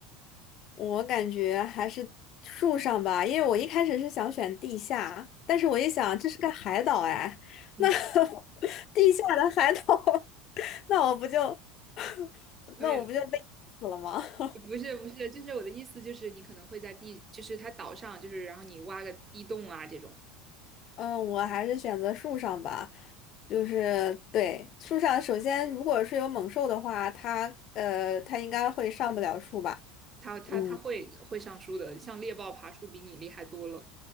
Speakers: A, on the left (about 50°); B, on the right (about 30°).
A: 我感觉还是树上吧，因为我一开始是想选地下，但是我一想这是个海岛哎，
B: 嗯，
A: 那 <laughs> 地下的海岛，<laughs> 那我不就 <laughs>
B: 没有，
A: 那我不就被淹死了吗？<laughs>
B: 不是不是，就是我的意思就是你可能会在地，就是它岛上，就是然后你挖个地洞啊这种。
A: 嗯，我还是选择树上吧，就是对树上，首先如果是有猛兽的话，它呃它应该会上不了树吧，
B: 他他他会会上树的，
A: 嗯。
B: 像猎豹爬树比你厉害多了。